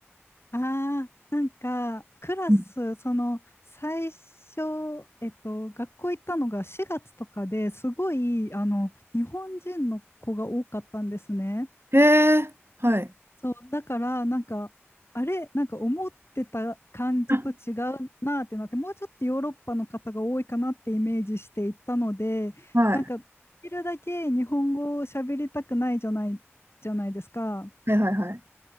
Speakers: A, on the left; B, on the right.
A: ああ、なんか、クラス、
B: ん
A: その、最初、えっと、学校行ったのが4月とかですごい、あの、日本人の子が多かったんですね。
B: へえ、はい。
A: そう、だから、なんか、あれ、なんか思ってた感じと違うなってなって、
B: あ
A: もうちょっとヨーロッパの方が多いかなってイメージしていったので、
B: はい。
A: なんか、できるだけ日本語を喋りたくないじゃない、じゃないですか。
B: はいはいはい。